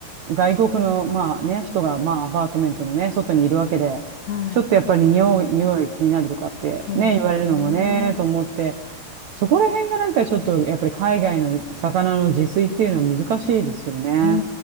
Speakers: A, on the right; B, on the left.
A: 外国の、まあね、人が、まあアパートメントのね、外にいるわけで、
B: はい。
A: ちょっとやっぱり匂い、匂い気になるとかってね、
B: そうですね。
A: 言われるのもね、と思って、そこら辺がなんかちょっとやっぱり海外の魚の自炊っていうのは難しいですよね。
B: う